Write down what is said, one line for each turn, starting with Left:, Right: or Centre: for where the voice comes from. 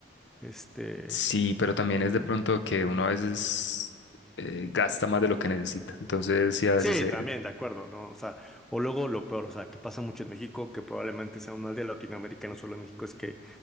Centre: este,
Left: sí, pero también es
Centre: ¿no?
Left: de pronto que uno a veces eh, gasta más de lo que necesita. Entonces sí, a veces
Centre: Sí,
Left: se,
Centre: también, de acuerdo, ¿no? O sea, o luego lo peor, o sea, que pasa mucho en México, que probablemente sea un mal de Latinoamérica, no solo en México, es que